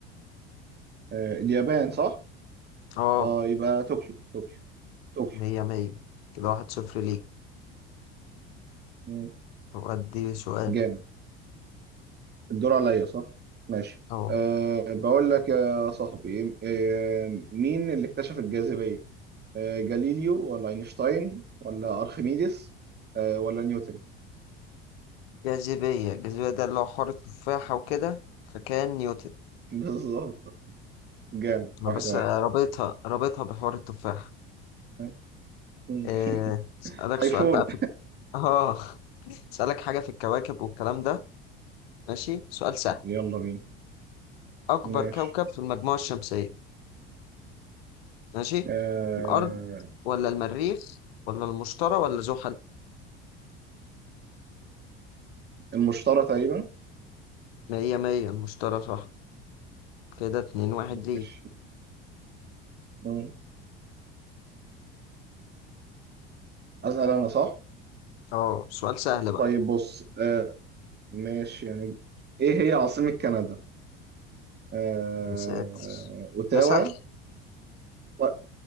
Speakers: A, on the right; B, on the left.
A: آه اليابان صح
B: اه
A: اه يبقى طوكيو طوكيو طوكيو
B: مية مية كده واحد صفر ليك
A: مم،
B: طب ادي سؤال
A: جامد الدور عليا صح ماشي
B: اه
A: أه بقول لك يا صاحبي أه مين اللي اكتشف الجاذبية؟ آه، جاليليو ولا اينشتاين ولا ارخميدس آه، ولا نيوتن
B: جاذبية الجاذبية ده اللي هو حوار التفاحة وكده فكان نيوتن
A: <laughs> بالظبط جامد
B: انا
A: واحد
B: بس
A: واحد
B: رابطها رابطها بحوار التفاحة
A: مم. <laughs>
B: آه، اسألك
A: ايفون
B: سؤال بقى في اه <laughs> اسألك حاجة في الكواكب والكلام ده ماشي سؤال سهل
A: يلا بينا
B: أكبر
A: ماشي
B: كوكب في المجموعة الشمسية ماشي
A: آه
B: الأرض ولا المريخ ولا المشتري ولا زحل
A: المشترى تقريبا
B: مية مية المشتري صح كده اتنين واحد ليه
A: ماشي مم. اسال انا صح
B: اه سؤال سهل بقى
A: طيب بص آه ماشي يعني ايه هي عاصمة كندا آه
B: يا ساتر
A: اوتاوا
B: ده سهل
A: ط-